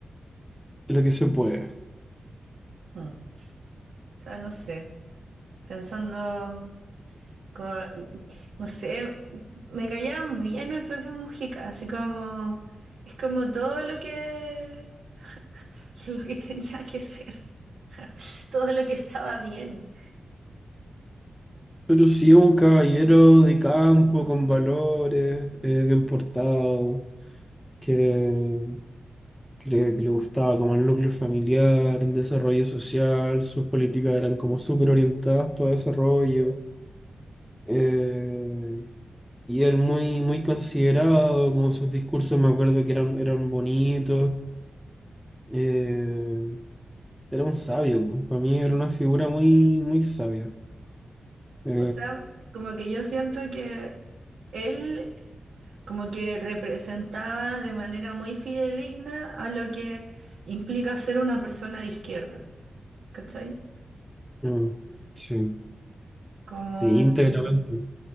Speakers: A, in the centre; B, on the right.
A: lo que se puede.
B: Mm. O sea, no sé, pensando... con- no sé, me callaban bien el Pepe Mujica, así como, es como todo lo que, <laughs> lo que tenía que ser, todo lo que estaba bien.
A: Pero sí un caballero de campo con valores, eh, bien portado, que, que, le que le gustaba como el núcleo familiar, el desarrollo social, sus políticas eran como súper orientadas para desarrollo. Eh, y él muy, muy considerado, como sus discursos me acuerdo que eran, eran bonitos. Eh, era un sabio, para mí era una figura muy, muy sabia. Eh,
B: O sea, como que yo siento que él como que representaba de manera muy fidedigna a lo que implica ser una persona de izquierda, ¿cachai?
A: mm, sí,
B: Como
A: sí, íntegramente.